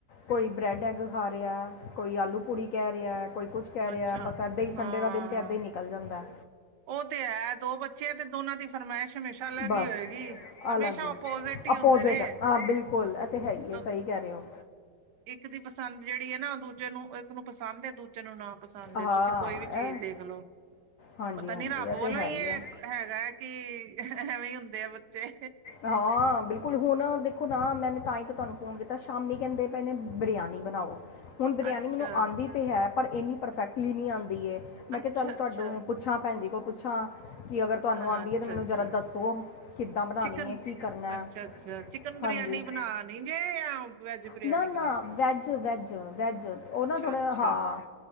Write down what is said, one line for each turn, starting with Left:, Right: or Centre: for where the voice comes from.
Left: ਕੋਈ ਬ੍ਰੈਡ ਐਗ ਖਾ ਰਿਹਾ, ਕੋਈ ਆਲੂ ਪੂੜੀ ਕਹਿ ਰਿਹਾ, ਕੋਈ ਕੁਛ ਕਹਿ ਰਿਹਾ,
Right: ਅੱਛਾ
Left: ਬਸ ਇੱਦਾਂ ਹੀ
Right: ਹਾਂ
Left: ਸੰਡੇ ਦਾ ਦਿਨ ਤਾਂ ਇੱਦਾਂ ਹੀ ਨਿਕਲ ਜਾਂਦਾ
Right: ਉਹ ਤੇ ਹੈ, ਦੋ ਬੱਚੇ ਤੇ ਦੋਨਾਂ ਦੀ ਫਰਮਾਇਸ਼ ਹਮੇਸ਼ਾ ਲੱਗ
Left: ਬਸ
Right: ਹੀ ਹੋਏਗੀ, ਹਮੇਸ਼ਾ
Left: ਅਲੱਗ ਹੀ
Right: ਓਪੋਜਿਟ ਹੀ
Left: ਆਪੋਜ਼ਿਟ
Right: ਹੁੰਦੇ ਨੇ,
Left: ਹਾਂ ਬਿਲਕੁਲ ਇਹ ਤੇ ਹੈ ਹੀ
Right: ਦੋ
Left: ਹੈ ਸਹੀ ਕਹਿ ਰਹੇ ਹੋ
Right: ਇੱਕ ਦੀ ਪਸੰਦ ਜਿਹੜੀ ਹੈ ਨਾ, ਉਹ ਦੂਜੇ ਨੂੰ ਉਹ ਇੱਕ ਨੂੰ ਪਸੰਦ ਹੈ ਦੂਜੇ ਬੱਚੇ ਨੂੰ ਨਾ ਪਸੰਦ
Left: ਹਾਂ
Right: ਤੁਸੀਂ ਕੋਈ ਵੀ ਚੀਜ਼
Left: ਇਹ
Right: ਦੇਖਲਓ,
Left: ਹਾਂਜੀ
Right: ਪਤਾ
Left: ਹਾਂਜੀ
Right: ਨੀ ਰੱਬ
Left: ਇਹ
Right: ਵੱਲੋਂ
Left: ਤੇ ਹੈ
Right: ਹੀ ਇਹ
Left: ਹੈ
Right: ਹੈਗਾ ਕਿ, ਐਵੇਂ ਹੀ ਹੁੰਦੇ ਆ ਬੱਚੇ
Left: ਹਾਂ, ਬਿਲਕੁਲ ਬਿਲਕੁਲ ਹੁਣ ਦੇਖੋ ਨਾ ਮੈਨੇ ਤਾਂ ਹੀ ਤਾਂ ਤੁਹਾਨੂੰ ਫੋਨ ਕੀਤਾ ਸ਼ਾਮੀ ਕਹਿੰਦੇ ਪਏ ਨੇ ਬਰਿਆਨੀ ਬਣਾਓ ਹੁਣ ਬਰਿਆਨੀ
Right: ਅੱਛਾ
Left: ਮੈਨੂੰ ਆਉਂਦੀ ਤਾਂ ਹੈ ਪਰ ਇੰਨੀ ਪਰਫੈਕਟਲੀ ਨਹੀਂ ਆਉਂਦੀ ਹੈ, ਮੈਂ ਕਿਹਾ
Right: ਅੱਛਾ
Left: ਚੱਲ
Right: ਅੱਛਾ
Left: ਤੁਹਾਨੂੰ ਪੁੱਛ ਪੁੱਛਾਂ ਭੈਣਜੀ ਕੋਲ ਪੁੱਛਾਂ, ਕਿ ਅਗਰ ਤੁਹਾਨੂੰ
Right: ਹਾਂ
Left: ਆਉਂਦੀ
Right: ਅੱਛਾ
Left: ਹੈ ਤਾਂ ਮੈਨੂੰ
Right: ਅੱਛਾ
Left: ਜ਼ਰਾ ਦੱਸੋ, ਕਿੱਦਾਂ ਬਣਾਉਣੀ
Right: ਚਿਕਨ
Left: ਹੈ ਕੀ ਕਰਨਾ
Right: ਅੱਛਾ
Left: ਹੈ
Right: ਅੱਛਾ ਚਿਕਨ ਬਰਿਆਨੀ
Left: ਹਾਂਜੀ
Right: ਬਣਾ ਨੀ ਗੇ ਜਾਂ, ਵੈਜ ਬਰਿਆਨੀ
Left: ਨਾ ਨਾ
Right: ਬਣਾਉਣੀ
Left: ਵੈਜ ਵੈਜ ਵੈਜ ਉਹ ਨਾ ਥੋੜਾ
Right: ਅੱਛਾ
Left: ਹਾਂ,